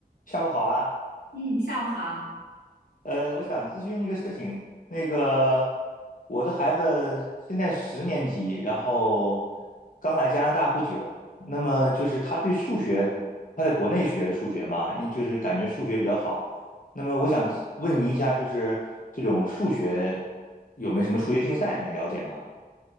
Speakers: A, on the left; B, on the left.
A: 下午好啊，
B: 嗯，下午好。
A: 呃，我想咨询一个事情。那个，我的孩子现在十年级，然后刚来加拿大不久。那么就是他对数学，他在国内学的数学嘛，因为就是感觉数学比较好。那么我想问您一下，就是这种数学有没有什么数学竞赛，你了解吗？